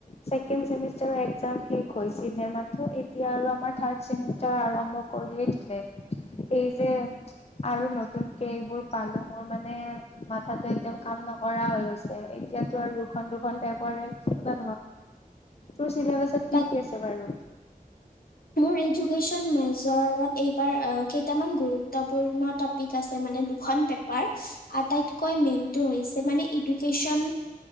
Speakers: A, on the left (about 45°); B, on the left (about 75°).
A: ছেকেণ্ড ছেমিষ্টাৰৰ এক্সাম শেষ হৈছিল হে মাত্ৰ এতিয়া আৰু আমাৰ থাৰ্ড ছেমিষ্টাৰ আৰম্ভ কৰিয়ে দিলে এই যে আৰু নতুনকে এইবোৰ পালো মোৰ মানে মানে মাথাতো একদম কাম নকৰা হৈ গৈছে এতিয়াতো আৰু দুখন দুখন পেপাৰে কিবা তোৰ চিলেবাচত
B: তাক
A: কি কি আছে বাৰু?
B: মোৰ এডুকেশ্বন মেজৰত এইবাৰ কেইটামান গুৰুত্বপূৰ্ণ টপিক আছে মানে দুখন পেঁপাৰ আটাইতকৈ মেইনটো হৈছে মানে এডুকেশ্বন